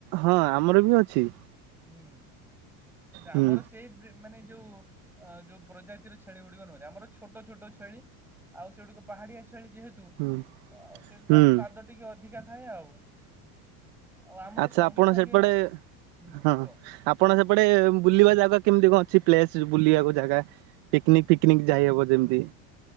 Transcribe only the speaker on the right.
ହଁ ଆମର ବି ଅଛି।
ହୁଁ
ହୁଁ
ହୁଁ
ଆଚ୍ଛା
ଆପଣ
ସେପଟେ
ହଁ
ଆପଣ ସେପଟେ ବୁଲିବା ଜାଗା କେମିତି କଣ ଅଛି ପ୍ଲେସ ବୁଲିବାକୁ ଜାଗା ପିକ୍ନିକ ଫିକ୍ନିକ୍ ଯାଇହବ ଯେମିତି।